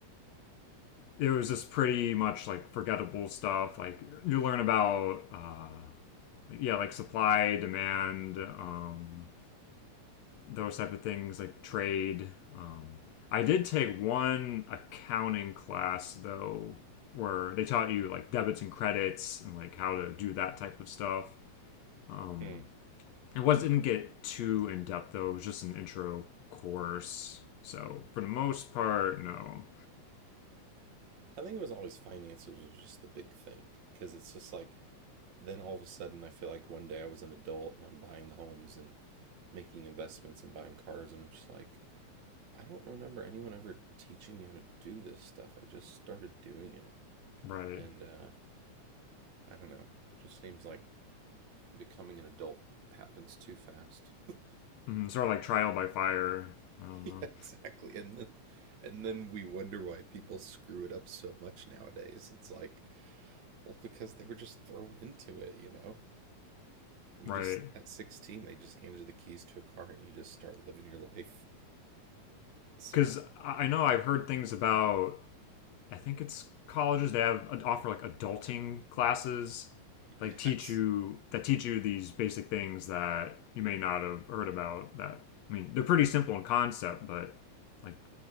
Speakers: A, on the left; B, on the right.
A: it was just pretty much like forgettable stuff. Like you learn about, uh, yeah, like supply, demand, um, those type of things, like trade. Um, I did take one accounting class though, where they taught you like debits and credits and like how to do that type of stuff. Um,
B: Hmm.
A: it was didn't get too in depth though. It was just an intro course. So for the most part, no,
B: I think it was always finances was just the big thing because it's just like then all of a sudden I feel like one day I was an adult and I'm buying homes and making investments and buying cars and I'm just like I don't remember anyone ever teaching you how to do this stuff. I just started doing it
A: right?
B: and uh, I don't know. It just seems like becoming an adult happens too fast. <laughs>
A: Mm, sort of like trial by fire. I don't
B: Yeah,
A: know,
B: exactly. And then and then we wonder why people screw it up so much nowadays. It's like, well, because they were just thrown into it, you know? We
A: right?
B: just at 16 they just handed the keys to a car and you just start living your life. So,
A: because I know I've heard things about. I think it's colleges that have uh, offer like adulting classes, like
B: yes.
A: teach you that teach you these basic things that you may not have heard about. That I mean, they're pretty simple in concept, but like